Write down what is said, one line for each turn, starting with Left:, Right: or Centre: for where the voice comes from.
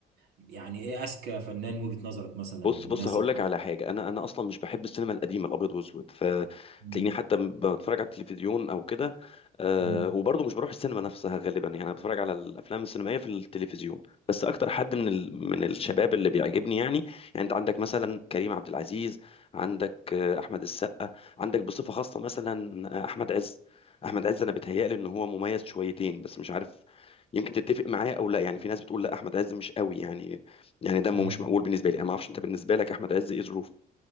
Right: يعني ايه اذكى فنان من وجهه نظرك مثلا
Left: بص
Right: منزل
Left: بص هقول لك
Right: حاجه
Left: على حاجه انا انا اصلا مش بحب السينما القديمه الابيض والاسود فتلاقيني
Right: مم.
Left: حتى م- بتفرج على التلفزيون او كده أه
Right: مم.
Left: وبرضه مش بروح السينما نفسها غالبا يعني انا بتفرج على الافلام السينمائيه في التلفزيون بس اكتر حد من ال... من الشباب اللي بيعجبني يعني يعني انت عندك مثلا كريم عبد العزيز عندك آه، احمد السقا عندك بصفه خاصه مثلا آه، احمد عز احمد عز انا بيتهيألي ان هو مميز شويتين بس مش عارف يمكن تتفق معايا او لا يعني في ناس بتقول لا احمد عز مش قوي يعني يعني دمه
Right: مم.
Left: مش مقبول بالنسبه لي انا ما اعرفش انت بالنسبه لك احمد عز ايه ظروفه